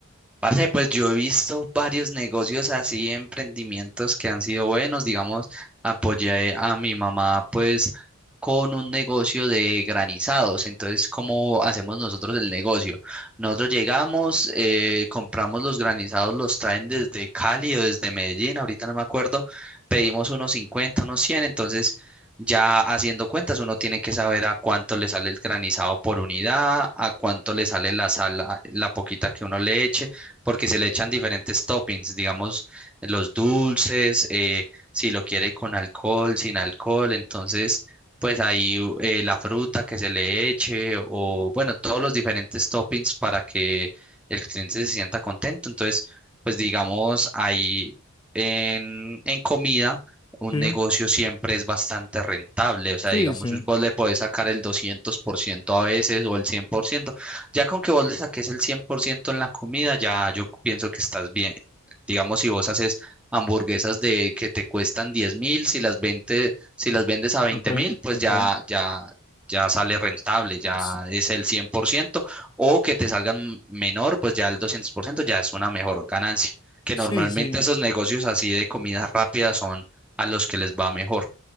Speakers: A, in the centre; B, on the left.
A: Parce, pues yo he visto varios negocios así, emprendimientos que han sido buenos, digamos, apoyé a mi mamá pues con un negocio de granizados, entonces ¿cómo hacemos nosotros el negocio? Nosotros llegamos, eh, compramos los granizados, los traen desde Cali o desde Medellín, ahorita no me acuerdo, pedimos unos cincuenta unos cien entonces ya haciendo cuentas uno tiene que saber a cuánto le sale el granizado por unidad, a cuánto le sale la sal, la poquita que uno le eche porque se le echan diferentes toppings, digamos, los dulces, eh, si lo quiere con alcohol, sin alcohol, entonces, pues ahí u- eh, la fruta que se le eche o, bueno, todos los diferentes toppings para que el cliente se sienta contento. Entonces, pues digamos, ahí en, en comida un
B: Sí,
A: negocio siempre es bastante rentable. O sea,
B: sí,
A: digamos,
B: sí.
A: vos le podés sacar el 200% a veces o el cien por ciento ya con que vos le saques el 100% en la comida, ya yo pienso que estás bien. Digamos, si vos haces hamburguesas de que te cuestan diez mil, si las 20 si las vendes a veinte
B: A trein-
A: mil, pues
B: Ok.
A: ya, ya, ya sale rentable, ya
B: S-
A: es el cien por ciento o que te salgan menor, pues ya el 200% ya es una mejor ganancia, que
B: Sí,
A: normalmente
B: sí.
A: esos negocios así de comidas rápidas son a los que les va mejor.